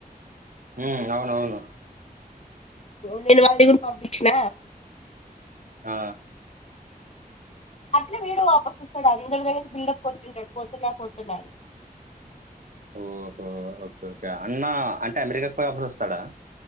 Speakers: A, on the right; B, on the left.
A: హ అవునవును
B: నేను వాళ్ళ గురు పంపించిన
A: ఆ
B: అట్లే వీడు వాపస్ వస్తాడు అందరి దగ్గర బిల్డప్ కొట్ంటాడు పోతున్నా పోతున్నా అని
A: ఓహో ఓకే ఓకే అన్నా అంటే అమెరికాకి పోయి అప్పుడస్తాడా